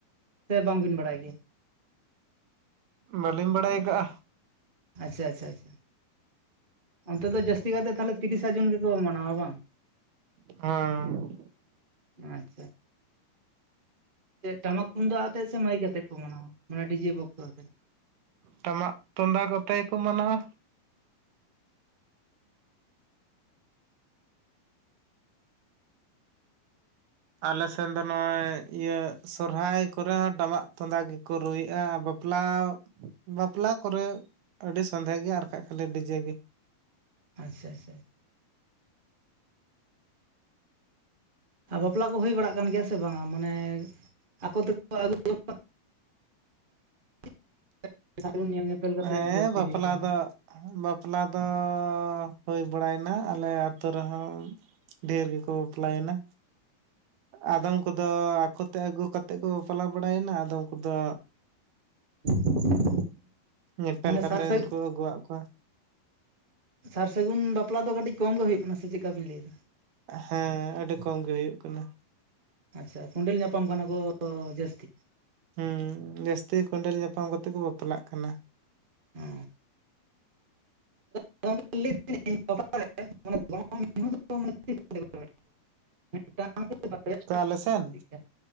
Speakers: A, on the right (about 35°); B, on the right (about 80°).
A: ᱥᱮ ᱵᱟᱝᱵᱤᱱ ᱵᱟᱲᱟᱭ ᱜᱮᱭᱟ?
B: ᱵᱟᱹᱞᱤᱧ ᱵᱟᱲᱟᱭ ᱟᱠᱟᱜᱼᱟ᱾
A: ᱟᱪᱪᱷᱟ ᱟᱪᱷᱟ ᱟᱪᱷᱟ᱾ ᱚᱱᱛᱮ ᱫᱚ ᱡᱟᱹᱥᱛᱤ ᱠᱟᱛᱮ ᱛᱟᱦᱚᱞᱮ ᱛᱤᱨᱤᱥᱟ ᱡᱩᱱ ᱜᱮᱠᱚ ᱢᱟᱱᱟᱣᱟ ᱵᱟᱝ?
B: ᱟᱸᱻ
A: ᱟᱪᱪᱷᱟ᱾ ᱴᱟᱢᱟᱠ ᱛᱩᱢᱫᱟᱜ ᱟᱛᱮᱫ ᱥᱮ ᱢᱟᱹᱭ ᱠᱟᱛᱮᱫ ᱠᱚ ᱢᱟᱱᱟᱣᱟ ᱢᱟᱱᱮ ᱰᱤᱡᱮ ᱵᱚᱠᱥᱚ ᱟᱛᱮ?
B: ᱴᱟᱢᱟᱜ ᱛᱩᱢᱫᱟᱜ ᱠᱚᱛᱮ ᱜᱮ ᱠᱚ ᱢᱟᱱᱟᱣᱟ᱾ ᱟᱞᱮ ᱥᱮᱱ ᱫᱚ ᱱᱚᱸᱜᱼᱚᱭ ᱤᱭᱟᱹ ᱥᱚᱨᱦᱟᱭ ᱠᱚᱨᱮ ᱦᱚᱸᱼ ᱴᱟᱢᱟᱜ ᱛᱩᱢᱫᱟ ᱜᱮᱠᱚ ᱨᱩᱭᱮᱫᱼᱟ ᱵᱟᱯᱞᱟᱻ ᱵᱟᱯᱞᱟ ᱠᱚᱨᱮ ᱟᱹᱰᱤ ᱥᱟᱸᱫᱷᱮᱸ ᱜᱮ ᱟᱨ ᱠᱟᱷᱡ ᱠᱷᱟᱹᱞᱤ ᱰᱤᱡᱮ ᱜᱮ᱾
A: ᱟᱪᱪᱷᱟ ᱟᱪᱪᱷᱟ᱾ ᱟᱨ ᱵᱟᱯᱞᱟ ᱠᱚ ᱦᱩᱭ ᱵᱟᱲᱟᱜ ᱠᱟᱱ ᱜᱮᱭᱟ ᱥᱮ ᱵᱟᱝᱟ? ᱢᱟᱱᱮᱻ ᱟᱠᱚ ᱛᱮᱠᱚ ᱟᱹᱜᱩᱚᱝ ᱟᱜ ᱼ ᱥᱟᱜᱩᱱ ᱧᱮᱞ ᱧᱮᱯᱮᱞ ᱠᱟᱛᱮᱫ
B: ᱦᱮᱸ
A: ᱡᱟᱹᱥᱛᱤ
B: ᱵᱟᱯᱞᱟ
A: ᱦᱩᱭᱩᱜ ᱠᱟᱱᱟ᱾
B: ᱫᱚ ᱵᱟᱯᱞᱟ ᱫᱚᱻ ᱦᱩᱭ ᱵᱟᱲᱟᱭᱮᱱᱟ ᱟᱞᱮ ᱟᱹᱛᱩ ᱨᱮᱦᱚᱸ᱾ ᱰᱷᱮᱹᱨ ᱜᱮᱠᱚ ᱵᱟᱯᱞᱟᱭᱮᱱᱟ᱾ ᱟᱫᱚᱢ ᱠᱚᱫᱚ ᱟᱠᱚ ᱛᱮ ᱟᱹᱜᱩ ᱠᱟᱛᱮᱫ ᱠᱚ ᱵᱟᱯᱞᱟ ᱵᱟᱲᱟᱭᱮᱱᱟ, ᱟᱫᱚᱢ ᱠᱚᱫᱚᱼ
A: <inaudible>
B: ᱧᱮᱯᱮᱞ
A: ᱢᱟᱱᱮ ᱥᱟᱨ
B: ᱠᱟᱛᱮᱱ
A: ᱥᱟᱹᱜᱩᱱ
B: ᱠᱚ ᱟᱹᱜᱩᱣᱟᱜ ᱠᱚᱣᱟ᱾
A: ᱥᱟᱨ ᱥᱟᱹᱜᱩᱱ ᱵᱟᱯᱞᱟ ᱫᱚ ᱠᱟᱴᱤᱡ ᱠᱚᱢ ᱜᱮ ᱦᱩᱭᱩᱜ ᱠᱟᱱᱟ ᱥᱮ ᱪᱮᱫ ᱠᱟ ᱵᱤᱱ ᱞᱮᱭᱫᱟ?
B: ᱦᱮᱸ ᱟᱹᱰᱤ ᱠᱚᱢ ᱜᱮ ᱦᱩᱭᱩᱜ ᱠᱟᱱᱟ᱾
A: ᱟᱪᱪᱷᱟ ᱠᱚᱸᱰᱮᱞ ᱧᱟᱯᱟᱢ ᱠᱟᱱᱟ ᱠᱳᱻ ᱡᱟᱹᱥᱛᱤ᱾
B: ᱦᱩᱸ ᱡᱟᱹᱥᱛᱤ ᱠᱚᱸᱰᱮᱞ ᱧᱟᱯᱟᱢ ᱠᱟᱛᱮ ᱠᱚ ᱵᱟᱯᱞᱟᱜ ᱠᱟᱱᱟ᱾
A: ᱚ <inaudible> <inaudible>
B: ᱚᱠᱟ ᱟᱞᱮ ᱥᱮᱱ
A: ᱪᱮᱫᱠᱟ?